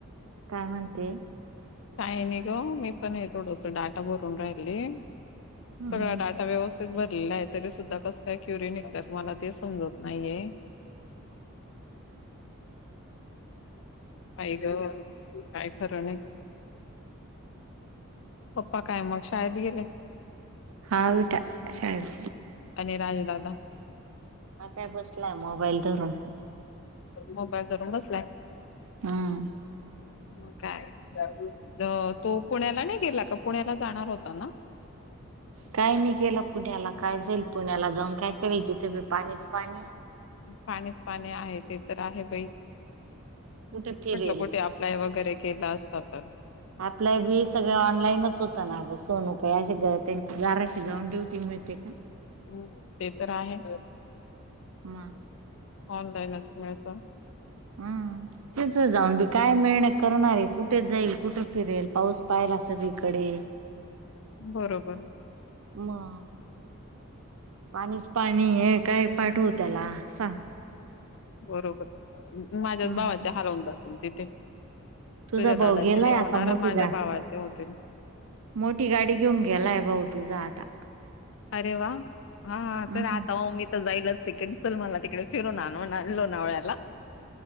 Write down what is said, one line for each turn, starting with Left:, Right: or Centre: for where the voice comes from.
Right: काय म्हणते?
Left: काही नाही ग मी पण आहे थोडस डाटा भरून राहीले
Right: हम्म
Left: सगळं डाटा व्यवस्थित भरलेलं आहे तरी सुद्धा कसं काय क्युरी निघतात मला ते समजत नाहीये आई ग काय खरं नाही. पप्पा काय मग शाळेत गेले?
Right: हा विट शाळ <inaudible>
Left: आणि राजदादा?
Right: आताय बसलाय मोबाईल धरून.
Left: मोबाईल धरून बसलाय.
Right: हम्म.
Left: म काय द तो पुण्याला नाही गेला का? पुण्याला जाणार होता ना?
Right: काय नाही केलं पुण्याला काय जाईल पुण्याला जाऊन काय करेल, तिथे बी पाणीच पाणी
Left: पाणीच पाणी आहे ते तर आहे बाई
Right: कुठे फिरेल
Left: म्हटलं कुठे अप्लाय वगैरे केला असतं तर
Right: अप्लाय बी सगळं ऑनलाईनच होतं ना ग सोनू अशी त्यांची गाराशी जाऊन ड्युटी मिळते का?
Left: हो ते तर आहे.
Right: मग
Left: ऑनलाईनच मिळतं.
Right: हम्म तेच जाऊन बी काय मेहनत करणारे कुठे, जाईल कुठे फिरेल? पाऊस पाहिला सगळीकडे
Left: बरोबर
Right: मग पाणीच पाणी हे, काय पाठव त्याला सांग?
Left: बरोबर माझ्याच
Right: मग
Left: भावाच्या हलवून जातील तिथे. तुझ्या
Right: तुझा भाऊ
Left: दादाचे
Right: गेलाय
Left: नाही होणार
Right: आता मोठी
Left: माझ्या
Right: गा
Left: भावाचे होतील.
Right: मोठी गाडी घेऊन गेलाय भाऊ तुझा आता.
Left: अरे वा हा
Right: हम्म
Left: तर आता हो मी तर जाईलच. तिकडं चल म्हणला, मला तिकडे फिरून आण आणलो लोणावळ्याला